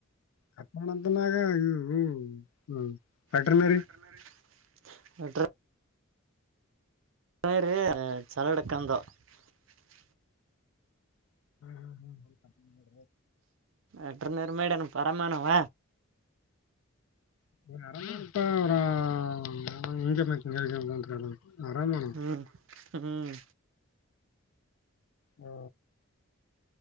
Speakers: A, on the left; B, on the right.
A: ಕಟ್ ಮಾಡಂತನಾಗ ಹ್ಮ್ ಹ್ಮ್. ವೆಟರ್ನರಿ
B: <unintelligible> <unintelligible>
A: ಹ್ಮ್ ಹ್ಮ್ ಹ್ಮ್.
B: ಅಟ್ರನರ್ ಮೇಡಾನ ಪರಮಾನವಾ.
A: <unintelligible> ಅರಮನ.
B: ಹ್ಮ್ ಹ್ಮ್.
A: ಹ್ಮ